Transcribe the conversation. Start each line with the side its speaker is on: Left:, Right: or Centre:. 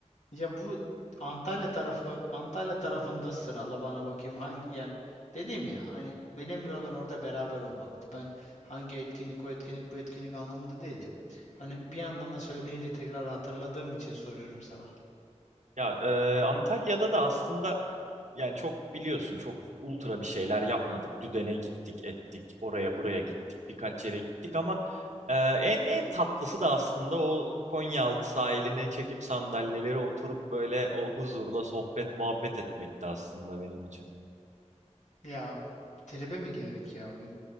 Left: Ya bu Antalya tarafı, Antalya tarafında sırala bana bakayım hangi yani dedim ya hani önemli olan orada beraber olmaktı. Ben hangi etkinlik o etkinlik bu etkinlik anlamında değildi. Hani bir yandan da söyleyince tekrar hatırladığım için soruyorum sana.
Right: Ya e, Antalya'da da aslında yani çok biliyorsun çok ultra bir şeyler yapmadık. Düdene gittik, ettik, oraya buraya gittik, birkaç yere gittik ama e, en en tatlısı da aslında o Konyaaltı sahiline çekip sandalyeleri oturup böyle o huzurla sohbet muhabbet etmekti aslında benim için.
Left: Ya tribe mi girdik ya o gün